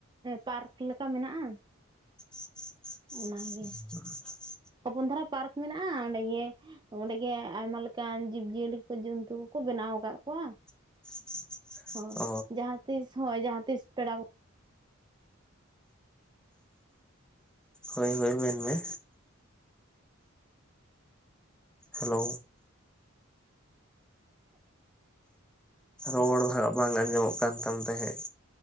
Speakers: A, on the right (about 20°); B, in the centre.
A: ᱯᱟᱨᱠ ᱞᱮᱠᱟ ᱢᱮᱱᱟᱜᱼᱟ
B: ᱦ
A: ᱚᱱᱟᱜᱮ
B: <inaudible>
A: ᱦᱚᱯᱚᱱ ᱫᱷᱟᱨᱟ ᱯᱟᱨᱠ ᱢᱮᱱᱟᱜᱼᱟ ᱚᱸᱰᱮ ᱜᱮ ᱚᱸᱰᱮᱜ ᱟᱭᱢᱟ ᱞᱮᱠᱟᱱ ᱡᱤᱵ ᱡᱤᱭᱟᱹᱞᱤ ᱠᱚ ᱡᱚᱱᱛᱩ ᱠᱚ ᱵᱮᱱᱟᱣ ᱟᱠᱟᱫ ᱠᱚᱣᱟ
B: <inaudible>
A: ᱦᱳᱭ
B: ᱚ
A: ᱡᱟᱦᱟᱸ ᱛᱤᱥ ᱦᱳᱭ ᱡᱟᱦᱟᱸ ᱛᱤᱥ ᱯᱮᱲᱟ ᱠᱚ
B: ᱦᱳᱭ ᱦᱳᱭ ᱢᱮᱱ ᱢᱮ ᱦᱮᱞᱳ ᱨᱚᱲ ᱵᱟᱝ ᱟᱸᱡᱚᱢᱚᱜ ᱠᱟᱱ ᱛᱟᱢ ᱛᱟᱦᱮᱸᱜ